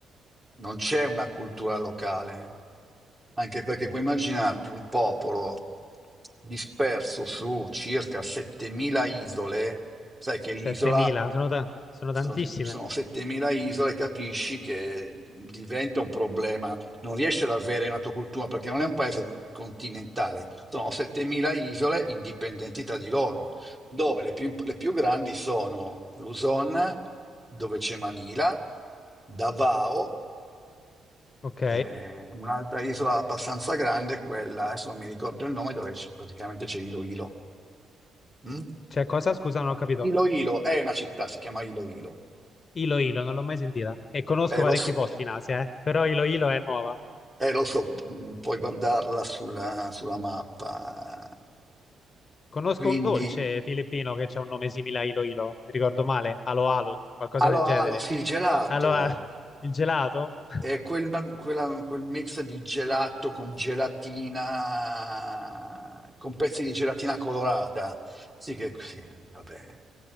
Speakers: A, on the right; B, on the left.
A: Non c'è una cultura locale, anche perché puoi immaginarti un popolo disperso su circa 7.000 isole, sai che l'isola
B: 7000, sono, ta- sono
A: sono,
B: tantissime.
A: sono 7000 isole, capisci che diventa un problema. Non riesci ad avere una tua cultura perché non è un paese continentale, sono 7000 isole indipendenti tra di loro, dove le più, le più grandi sono Luzon, dove c'è Manila, Davao,
B: Ok,
A: eh, un'altra isola abbastanza grande, è quella, adesso non mi ricordo il nome, dove c- praticamente c'è Iloilo. Mm?
B: c'è cosa? Scusa, non ho capito.
A: Iloilo è una città, si chiama Iloilo.
B: Ilo Ilo, non l'ho mai sentita. E conosco
A: Eh,
B: parecchi
A: lo so,
B: posti in Asia, eh, Però Ilo Ilo è nuova.
A: eh, lo so, mm, puoi guardarla sulla, sulla mappa.
B: Conosco
A: Quindi,
B: un dolce filippino che ha un nome simile a Ilo Ilo, mi ricordo male, Alo Alo, qualcosa
A: allora,
B: del genere.
A: ah, lo- sì, il gelato
B: Allora, il gelato? <laughs>
A: è quel, ma- quella- quel mix di gelato con gelatina, con pezzi di gelatina colorata. Sì, che sì, vabbè,